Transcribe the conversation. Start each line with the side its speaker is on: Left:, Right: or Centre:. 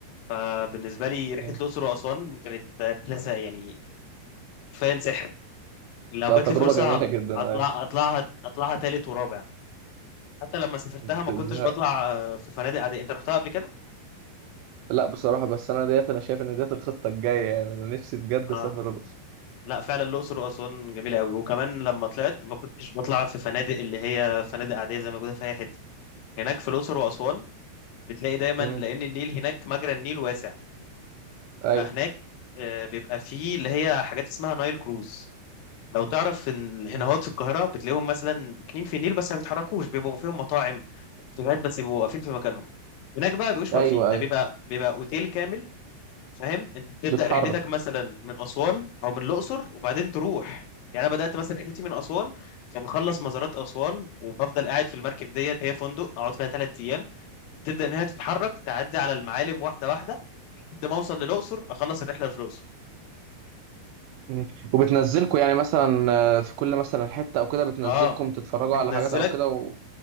Left: فبالنسبة لي رحلة
Right: امم
Left: الأقصر وأسوان كانت رحلة س- يعني كفاية سحر لو
Right: لا
Left: جات
Right: تجربه
Left: لي فرصة
Right: جميله جدا
Left: أطلع
Right: ايوه
Left: أطلعها أطلعها تالت ورابع حتى لما سافرتها
Right: ما
Left: ما
Right: تزهقش
Left: كنتش بطلع آه، في فنادق عادية أنت رحتها قبل كده؟
Right: لا بصراحه بس انا ديت انا شايف ان ديت الخطه الجايه يعني انا نفسي بجد
Left: آه
Right: اسافر الاقصر
Left: لا فعلا الأقصر وأسوان جميلة قوي وكمان لما طلعت ما كنتش بطلع في فنادق اللي هي فنادق عادية زي ما موجودة في أي حتة هناك في الأقصر وأسوان بتلاقي دايما
Right: امم
Left: لأن النيل هناك مجرى النيل واسع فهناك
Right: ايوه
Left: آه، بيبقى فيه اللي هي حاجات اسمها نايل كروز لو تعرف ان الهنهات
Right: مم.
Left: في القاهره بتلاقيهم مثلا كنين في النيل بس ما بيتحركوش بيبقوا فيهم مطاعم وكافيهات بس بيبقوا واقفين في مكانهم هناك بقى بيبقوش
Right: ايوه
Left: واقفين ده
Right: ايوه
Left: بيبقى بيبقى اوتيل كامل فاهم انت بتبدا
Right: بتحرك
Left: رحلتك مثلا من اسوان او من الاقصر وبعدين تروح يعني انا بدات مثلا رحلتي من اسوان فبخلص مزارات اسوان وبفضل قاعد في المركب ديت هي فندق اقعد فيها ثلاث ايام بتبدا ان هي تتحرك تعدي على المعالم واحده واحده لحد ما اوصل للاقصر اخلص الرحله اللي في الاقصر
Right: مم. وبتنزلكوا يعني مثلا آه، في كل مثلا حتة او كده بتنزلكم
Left: اه
Right: تتفرجوا
Left: بتنزلك
Right: على حاجات او كده و...